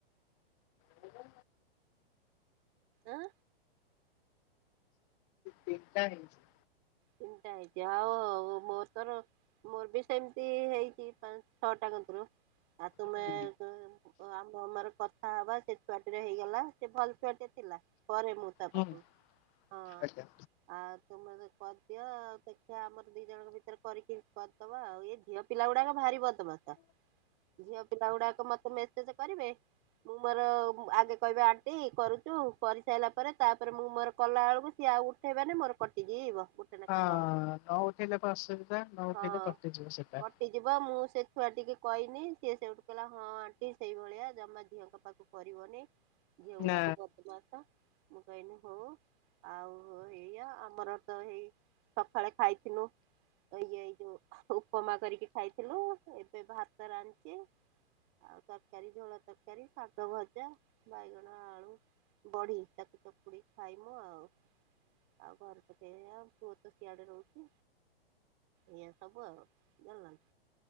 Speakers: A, on the left (about 35°); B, on the right (about 40°).
A: ମୋର
B: ଆଁ
A: ତିନଟା ହେଇଚି।
B: ତିନଟା ହେଇଚି ଆଉ ମୋରତ ର ମୋର ବି ସେମତି ହେଇଚି ପାଁ ଛଅଟା କନ୍ତର। ଆଉ ତୁମେ
A: ହୁଁ
B: କଏଁ ତ ଆମେ ଆମର କଥା ହବା ସେ ଛୁଆଟିର ହେଇଗଲା ସେ ଭଲ ଛୁଆଟିଏ ଥିଲା କରେ ମୁଁ ତା
A: ହୁଁ
B: ପାଖକୁ ହଁ
A: ଆଜ୍ଞା।
B: ଆଉ ତୁମ ତ କ ଦିଅ ଆଉ ଦେଖିବା ଆମର ଦି ଜଣଙ୍କ ଭିତରେ କରିକି କରଦବା ଆଉ ଏ ଝିଅପିଲାଗୁଡାକ ଭାରି ବଦମାସ ଝିଅପିଲାଗୁଡାକ ମତେ ମେସେଜେ କରିବେ ମୁଁ ମୋର ଆଗେ କହିବେ ଆଣ୍ଟି କରୁଚୁ କରିସାଇଲା ପରେ ତାପରେ ମୁଁ ମୋର କଲାବେଳକୁ ସିଏ ଆଉ ଉଠେଇବେନ ମୋର କଟିଯିବ। ଗୋଟେ ଲେଖା
A: ହଁ
B: ଲସ୍
A: ନ ଉଠେଇଲେ ତ ଅସୁବିଧା ନଉଠେଇଲେ
B: ହଁ।
A: କଟିଯିବ ସେଟା।
B: କଟିଯିବ ମୁଁ ସେ ଛୁଆ ଟିକି କହିନି ସିଏ ସେଇଠୁ କହିଲା ହଁ ଆଣ୍ଟି ସେଇଭଳିଆ ଜମା ଝିଅଙ୍କ ପାଖକୁ କରିବନେଇ। ଝିଅଉଡାକ
A: ନା
B: ବଦମାସ। କହିନି ହୋଉ ଆଉ ଏଇଆ ଆମର ତ ହେଇ ସଖାଳେ ଖାଇଥିନୁ ଇଏ ଏଇ ଯୋଉ ଉପମା କରିକି ଖାଇଥିଲୁ ଏବେ ଭାତ ରାନ୍ଧିଚି ଆଉ ତରକାରୀ ଝୋଳ ତରକାରୀ ଶାଗ ଭଜା ବାଇଗଣ ଆଳୁ ବଢି ତାକୁ ଚକୁଡିକି ଖାଇମୁ ଆଉ ଆଉ ଘରେ ତ କେହି ଆମ ପୁଅ ତ ସିଆଡେ ରହୁଚି ଏଇଆ ସବୁ ଆଉ ଜାଣଲ